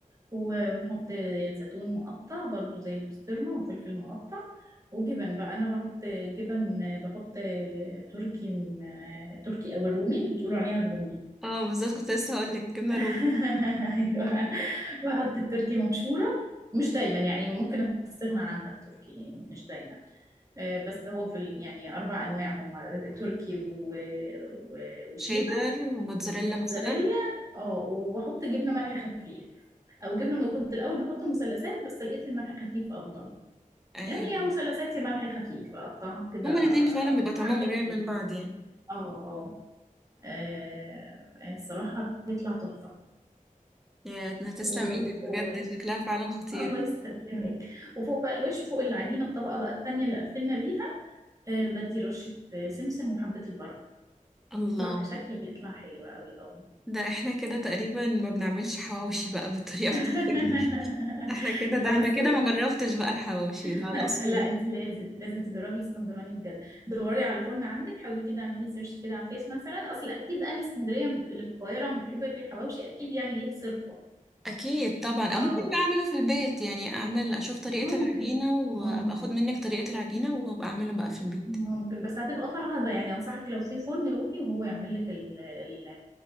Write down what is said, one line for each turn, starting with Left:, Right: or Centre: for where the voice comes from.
Right: و- ونحط زيتون مقطع برضو زي البسطرمة وفلفل مقطع وجبن بقى أنا بحط جبن بحط تركي م- تركي أو الرومي انتوا بتقولوا عليها الرومي
Centre: اه بالظبط كنت لسه هقولك جبنه
Right: <laughs>
Centre: رومي
Right: أيوة بحط التركي مبشورة مش دايما يعني ممكن استغنى عنها التركي يعني مش دايما آه، بس هو في ال- يعني أربع أنواع هم تركي و- و-
Centre: <laughs>
Right: وشيدر
Centre: شيدر وموتزاريلا
Right: وموتزاريلا
Centre: مثلا
Right: اه واحط جبنه ملح خفيف او جبنه ما كنت الاول بحط مثلثات بس لقيت الملح خفيف افضل
Centre: ايوه
Right: يعني يا مثلثات يا ملح خفيف اقطعها كده
Centre: هما الاتنين فعلا بيبقى طعمهم
Right: فعملت
Centre: قريب
Right: كده
Centre: من بعض يعني
Right: اه اه آه، الصراحه بيطلع تحفه
Centre: يا تسلم
Right: و...
Centre: ايدك
Right: و...
Centre: بجد
Right: و...
Centre: شكلها فعلا خطير
Right: <laughs> الله يسلمك وفوق بقى الوش فوق العجينه الطبقه بقى التانيه اللي قفلنا بيها آه بدي رشه آه، سمسم وحبه البركه
Centre: الله
Right: بيطلع كشكل بيطلع حلو قوي اه
Centre: ده احنا كده تقريبا ما بنعملش حواوشي بقى بالطريقة
Right: <laughs>
Centre: بتاعتك دي <laughs> احنا كده
Right: لا
Centre: ده انا
Right: بس
Centre: كده ما جربتش بقى الحواوشي
Right: <laughs>
Centre: لا لا اصوله
Right: لا انت لازم لازم تجربي الاسكندراني بجد دوري على فرن عندك حاولي كده اعملي سيرش كده على فيس مثلا اصل اكيد اهل اسكندريه اللي في القاهره لما بيحبوا ياكلوا الحواوشي اكيد يعني ليها صرفه
Centre: اكيد طبعا
Right: اه
Centre: او ممكن بقى اعمله في البيت يعني اعمل اشوف طريقة
Right: ممكن
Centre: العجينة وابقى
Right: ممكن
Centre: اخد منك طريقة العجينة وابقى اعمله بقى في البيت
Right: ممكن بس هتبقى فرهضه يعني انصحك لو في فرن روحي وهو يعمل لك ال ال